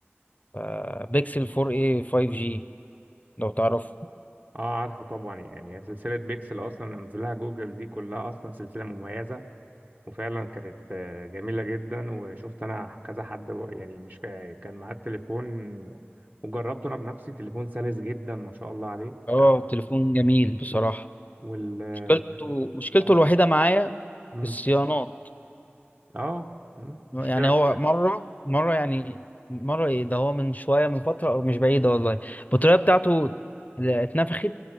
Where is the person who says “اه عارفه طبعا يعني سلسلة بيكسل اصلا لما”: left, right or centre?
Right